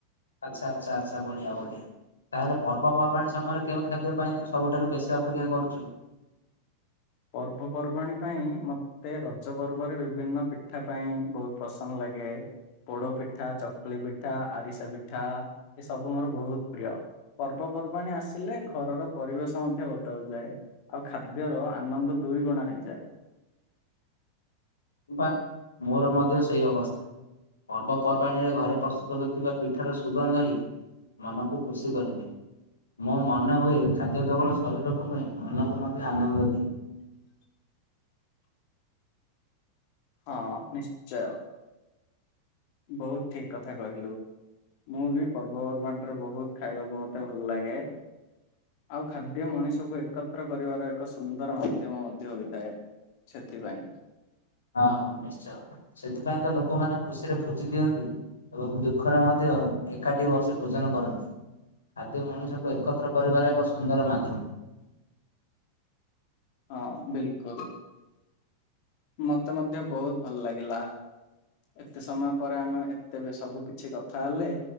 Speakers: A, on the left; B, on the left.
A: ଆଚ୍ଛା ଆଚ୍ଛା ଆଚ୍ଛା ବଢ଼ିଆ ବଢ଼ିଆ। ତାହେଲେ ପର୍ବପର୍ବାଣି ସମୟରେ କେଉଁ ଖାଦ୍ୟ ପାଇଁ ତୁ ସବୁଠାରୁ ବେଶୀ ଅପେକ୍ଷା କରୁଛୁ?
B: ପର୍ବପର୍ବାଣୀ ପାଇଁ ମ ମତେ ରଜ ପର୍ବରେ ବିଭିନ୍ନ ପିଠା ପାଇଁ ବହୁତ ପସନ୍ଦ ଲାଗେ। ପୋଡ ପିଠା, ଚକୁଳି ପିଠା, ଆରିସା ପିଠା ଏ ସବୁ ମୋର ବହୁତ ପ୍ରିୟ। ପର୍ବପର୍ବାଣୀ ଆସିଲେ ଘରର ପରିବେଶ ମଧ୍ୟ ବଦଳି ଯାଏ, ଆଉ ଖାଦ୍ୟର ଆନନ୍ଦ ଦୁଇ ଗୁଣା ହେଇଯାଏ।
A: ବାଃ ମୋର ମଧ୍ୟ ସେଇ ଅବସ୍ଥା। ପର୍ବପର୍ବାଣିରେ ଘରେ ପ୍ରସ୍ତୁତ ହେଉଥିବା ପିଠାର ସୁଗନ୍ଧହି ମନକୁ ଖୁସି କରିଦିଏ। ମୋ ମନେ ହୁଏ ଖାଦ୍ୟ କେବଳ ଶରୀରକୁ ନୁହେଁ ମନକୁ ମଧ୍ୟ ଆନନ୍ଦ ଦିଏ।
B: ହଁ ନିଶ୍ଚୟ ବହୁତ ଠିକ୍ କଥା କହିଲୁ। ମୁଁ ବି ପର୍ବପର୍ବାଣୀରେ ବହୁତ ଖାଇବାକୁ ମତେ ଭଲ ଲାଗେ। ଆଉ ଖାଦ୍ୟ ମଣିଷକୁ ଏକତ୍ର କରିବାର ଏକ ସୁନ୍ଦର ମାଧ୍ୟମ ମଧ୍ୟ ହୋଇଥାଏ। ସେଥିପାଇଁ।
A: ହଁ ହଁ ନିଶ୍ଚୟ ସେଥିପାଇଁ ତ ଲୋକମାନେ ଖୁସିରେ ଭୋଜି ଦିଅନ୍ତି। ଏବଂ ଦୁଃଖରେ ମଧ୍ୟ ଏକାଠି ବସି ଭୋଜନ କରନ୍ତି। ଖାଦ୍ୟ ମଣିଷକୁ ଏକତ୍ର କରିବାର ଏକ ସୁନ୍ଦର ମାଧ୍ୟମ।
B: ହଁ ବିଲକୁଲ। ମତେ ମଧ୍ୟ ବହୁତ ଭଲ ଲାଗିଲା। ଏତେ ସମୟ ପରେ ଆମେ ଏତେ ସବୁ କିଛି କଥା ହେଲେ